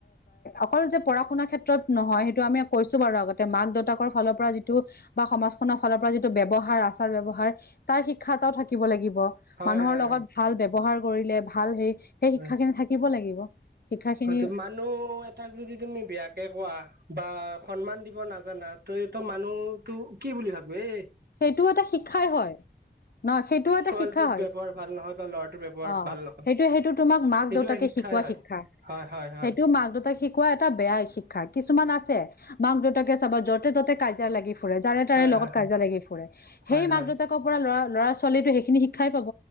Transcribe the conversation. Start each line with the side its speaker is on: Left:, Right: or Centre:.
Left: অকল যে পঢ়া শুনাৰ ক্ষেত্ৰত নহয় সেইটো আমি কৈছো বাৰু আগতে মাক দেউতাকৰ ফালৰ পৰা যিটো বা সমাজখনৰ ফালৰ পৰা যিটো ব্যৱহাৰ আচাৰ ব্যয়ৱহাৰ তাৰ শিক্ষা এটাও থাকিব লাগিব- মানুহৰ
Right: হয় হয়
Left: লগত ভাল ব্যৱহাৰ কৰিলে ভাল হেৰি সেই
Right: হয়
Left: শিক্ষা খিনি থাকিব লাগিব শিক্ষাখিনি
Right: হয় মানুহ এটাক যদি তুমি বেয়াকে কোৱা বা সন্মান দিব নাজানা তই ত মানুহ তটো কি বুলি ভাব এ
Left: সেইটোও এটা শিক্ষাই হয়। ন সেইটোও এটা
Right: ছোৱালীটোৰ
Left: শিক্ষা হয়
Right: ব্যৱহাৰ ভাল নহয় বা ল'ৰাটোৰ ব্যৱহাৰ
Left: অ
Right: ভাল নহয়
Left: সেইটো সেইটো তোমাক মাক
Right: এইটোৱে
Left: দেউতাকে
Right: শিক্ষাই
Left: শিকোৱা
Right: হয়।
Left: শিক্ষা
Right: হয় হয় হয়
Left: সেইটো মাক দেউতাক শিকোৱা এটা বেয়া শিক্ষা কিছুমান আছে মাক দেউতাকে চাবা যতে ততে কাজিয়া লাগি ফুৰে যাৰে তাৰে
Right: হয়
Left: লগত
Right: হয়
Left: কাজিয়া লাগি সেই
Right: হয় হয়
Left: মাক
Right: হয়
Left: দেউতাকৰ পৰা লৰা ল'ৰা ছোৱালী সেইখিনি শিক্ষাই পাব